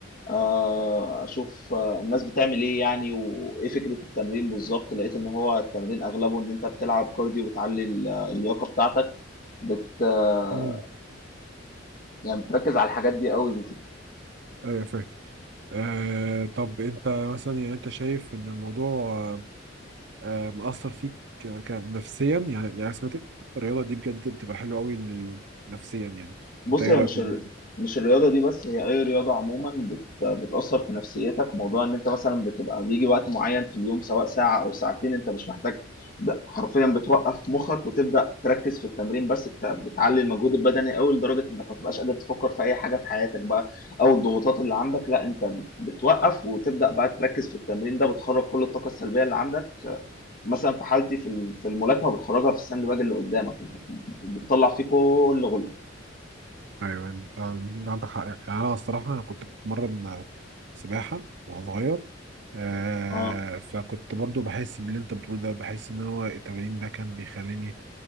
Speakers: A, on the left; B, on the right.
A: آه، اشوف آه، الناس بتعمل ايه يعني وايه فكرة التمرين بالظبط لقيت ان هو التمرين اغلبه ان انت بتلعب كارديو بتعلي ال- اللياقة بتاعتك بت آه،
B: امم
A: يعني بتركز على الحاجات دي قوي
B: ايوه فاهم آه طب انت مثلا يعني انت شايف ان الموضوع آه آه، مأثر فيك ك- ك- نفسيا يعني يعني سمعت الرياضة دي بجد بتبقى حلوة قوي لل- نفسيا يعني
A: بص
B: انت ايه
A: هي
B: رأيك
A: مش
B: في
A: ال...
B: الموضوع ده؟
A: مش الرياضة دي بس هي أي رياضة عموما بت... بتأثر في نفسيتك موضوع إن أنت مثلا بتبقى بيجي وقت معين في اليوم سواء ساعة أو ساعتين أنت مش محتاج ب- حرفيا بتوقف مخك وتبدأ تركز في التمرين بس بت... بتعلي المجهود البدني أوي لدرجة إنك ما تبقاش قادر تفكر في أي حاجة في حياتك بقى أو الضغوطات اللي عندك لا أنت بت... بتوقف وتبدأ بقى تركز في التمرين ده بتخرج كل الطاقة السلبية اللي عندك مثلا في حالتي في ال- في الملاكمة بتخرجها في الساند باج اللي قدامك أنت بتطلع فيه كل غل
B: ايوه انت عندك حق يعني انا الصراحة انا كنت بتمرن سباحة وانا صغير آه
A: اه
B: فكنت برضو بحس باللي انت بتقوله ده بحس ان هو التمرين ده كان بيخليني